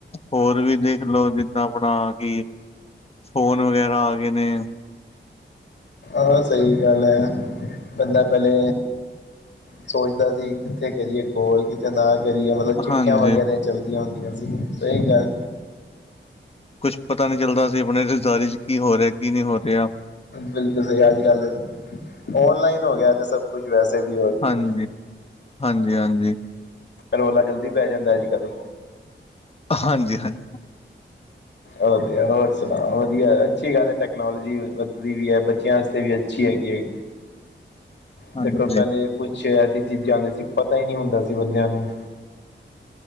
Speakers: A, on the left (about 30°); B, on the left (about 65°).
A: ਹੋਰ ਵੀ ਦੇਖਲੋ ਜਿੱਦਾਂ ਆਪਣਾ ਕਿ, ਫੋਨ ਵਗੈਰਾ ਆ ਗਏ ਨੇ
B: ਆ ਸਈ ਗੱਲ ਏ ਬੰਦਾ ਪੈਲੇ ਸੋਚਦਾ ਸੀ ਕਿੱਥੇ ਕਰੀਏ ਕੋਲ ਕਿਥੇ ਨਾ ਕਰੀਏ, ਮਤਲਬ ਚਿੱਠੀਆਂ
A: ਹਾਂਜੀ
B: ਵਗੈਰਾ ਚੱਲਦੀਆਂ ਹੁੰਦੀਆਂ ਸੀ ਸਈ ਗੱਲ।
A: ਕੁੱਛ ਪਤਾ ਨੀ ਚੱਲਦਾ ਸੀ ਆਪਨੇ ਰਿਸ਼ਤੇਦਾਰੀ ਚ ਕੀ ਹੋ ਰਿਆ ਕੀ ਨਈ ਹੋ ਰਿਆ।
B: ਬਿਲਕੁਲ ਸਈ ਅੱਜ ਕੱਲ ਔਨਲਾਈਨ ਹੋ ਗਿਆ ਤੇ ਸਭ ਕੁਛ ਵੈਸੇ ਵੀ ਹੋਰ ਕੀ।
A: ਹਾਂਜੀ ਹਾਂਜੀ- ਹਾਂਜੀ।
B: ਰੋਲਾ ਜਲਦੀ ਪੈ ਜਾਂਦਾ ਅੱਜ- ਕੱਲ।
A: ਹਾਂਜੀ ਹਾਂਜੀ
B: ਉ ਤੇ ਹੈ, ਹੋਰ ਸੁਨਾੳ ਵਧੀਆ ਅੱਛੀ ਗੱਲ ਏ ਟੈਕਨੋਾਲੋਜੀ ਵੱਧਦੀ ਵੀ ਏ, ਬੱਚਿਆਂ ਵਾਸਤੇ ਵੀ ਅੱਛੀ ਹੈਗੀ ਏ,
A: ਹਾਂਜੀ
B: ਦੇਖੋ ਪੈਲੇ ਕੁਛ ਐਸੀ ਚੀਜ਼ਾਂ ਵੀ ਸੀ ਪਤਾ ਈ ਨੀ ਹੁੰਦਾ ਸੀ ਬੰਦਿਆਂ ਨੂੰ।